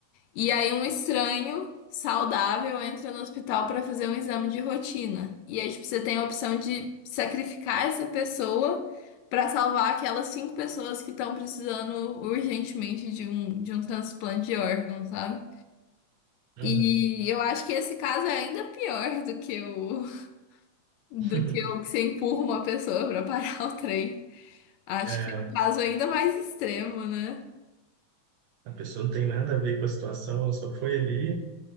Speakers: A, on the left; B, on the right.
A: E aí um estranho saudável entra no hospital para fazer um exame de rotina. E aí, tipo, você tem a opção de sacrificar essa pessoa para salvar aquelas cinco pessoas que estão precisando urgentemente de um, de um transplante de órgão, sabe?
B: Uhum.
A: E eu acho que esse caso é ainda pior do que o do
B: <laughs>
A: que o que você empurra uma pessoa para parar o trem. Acho
B: É,
A: que é um caso ainda mais extremo, né?
B: a pessoa não tem nada a ver com a situação, ela só foi ali